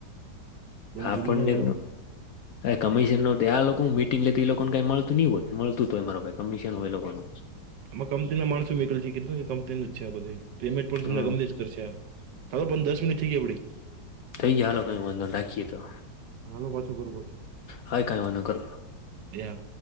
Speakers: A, on the right (about 75°); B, on the left (about 65°).
A: કોઈને
B: આપને
A: જોઈનિંગ ના કરાવ
B: કમિશન ન આ લોકો મિટિંગ લેતી એ લોકોને કઈ મળતું નહ હોય મળતું તો હોય મા કમિશન હોય લોકો નુ.
A: આમાં કંપનીના માણસો નીકળલ છે, કીધું કે કંપની ન જ છે, આ બધું પેમેન્ટ પણ
B: હમ
A: તમને ગમતી જ કરશે ચાલો પણ દસ મિનિટ થઈ ગઈ આપડી
B: થઈ ગયા હાલો કઈ વાંધો નાખીએ તો
A: હાલો પાછો કરો કોલ
B: હા કઈ વાંધો કરો
A: યા